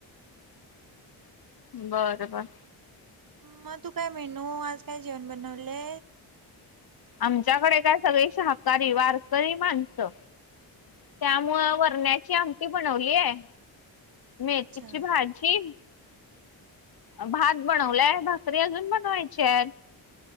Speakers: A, on the left; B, on the right.
A: बर बर.
B: म तू काय मेनू? आज काय जेवण बनवले?
A: आमच्याकडे काय सगळे शाकाहारी वारकरी माणसं. त्यामुळ वरण्याची आमटी बनवली, आहे मेथीची
B: अच्छा
A: भाजी. भात बनवलाय, भाकरी अजून बनवायची आहेत.